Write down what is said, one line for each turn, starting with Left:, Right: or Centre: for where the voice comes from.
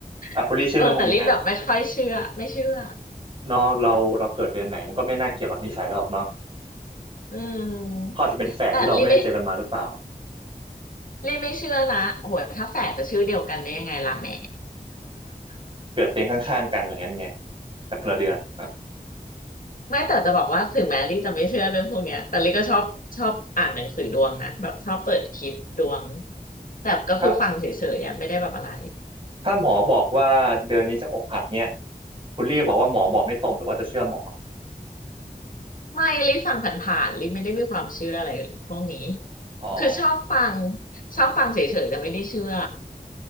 Right: อ่ะคุณลี่เชื่อเรื่องพวกนี้ไหม
Left: <laughs> เออแต่ลิแบบไม่ค่อยเชื่อไม่เชื่อ
Right: เนาะเราเราเกิดเดือนไหนมันก็ไม่น่าเกี่ยวกับนิสัยเราหรอกเนาะ
Left: อืมแต่ลิไม่
Right: เขาอาจจะเป็นแฝดที่เราไม่ได้เจอกันมาหรือเปล่า
Left: ลี่ไม่เชื่อนะโอ้โหถ้าแฝดจะชื่อเดียวกันได้ยังไงล่ะแหม
Right: <laughs> เกิดเตียงข้างๆกันอะไรอย่างนั้นไงแต่คนละเดือนอ่ะ
Left: ไม่แต่จะบอกว่าถึงแม้ลี่จะไม่เชื่อเรื่องพวกเนี้ยแต่ลี่ก็ชอบชอบอ่านหนังสือดวงนะแบบชอบเปิดคลิปดวง แต่ก็คือฟังเฉยๆอ่ะไม่ได้แบบอะไร
Right: ถ้าถ้าหมอบอกว่าเดือนนี้จะอกหักเนี่ยคุณลี่บอกว่าหมอบอกไม่ตรงหรือว่าจะเชื่อหมอ
Left: ไม่ลี่ฟังผ่านๆลี่ไม่ได้มีความเชื่ออะไรพวกนี้
Right: อ๋อ
Left: คือชอบฟังชอบฟังเฉยๆแต่ไม่ได้เชื่อ